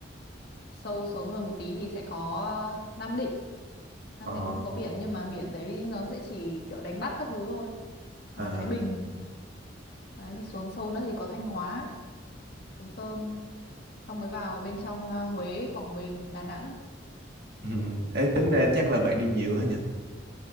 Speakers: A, on the left; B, on the right.
A: sâu xuống hơn một tí thì sẽ có Nam Định. Nam
B: Ờ.
A: Định cũng có biển nhưng mà biển đấy nó sẽ chỉ kiểu đánh bắt các thứ thôi.
B: À,
A: Hoặc là Thái Bình. Đấy, đi xuống sâu nữa thì có Thanh Hóa, Sầm Sơn. Xong mới vào bên trong à, Huế, Quảng Bình, Đà Nẵng
B: ừ. Ê, tính ra chắc là bạn đi nhiều á nhỉ?